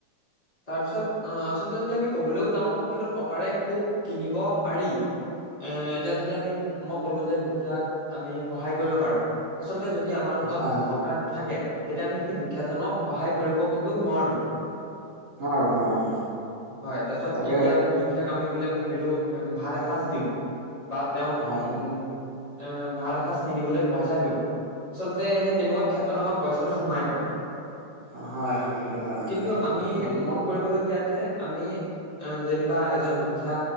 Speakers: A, on the left; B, on the right.
A: তাৰপিছত আহ আচলতে যদি আমি কবলৈও যাও কিন্তু টকাৰে সুখ কিনিব পাৰি। এ এতিয়া যদি আমি মই ক'লো যে দুখীয়াক আমি সহায় কৰিব পাৰোঁ। আচলতে যদি আমাৰ হাতত
B: হয় হয়
A: টকা নাথাকে। তেতিয়া আমি সেই দুখীয়াজনক সহায় কৰিব কিন্তু নোৱাৰোঁ।
B: নোৱাৰো নোৱাৰো
A: হয় তাৰছত
B: তাকে
A: এতিয়া দুখীয়াক আমি বুলে ভাবিলো এ ভাত এসাঁজ দিওঁ, বা তেওঁক
B: হয়
A: উম এ! ভাত এসাজ কিনিবলৈ পইচা দিও। আচলতে সেই তেনেকুৱা ক্ষেত্ৰত আমাক পইচাটো সোমাই পৰে,
B: অ', হয়, হয়, সেইটো হয় বাৰু
A: কিন্তু
B: দেই।
A: আমি
B: তুমি
A: মন কৰিবলগীয়া তে আমি। এ যেনিবা এজন দুখীয়া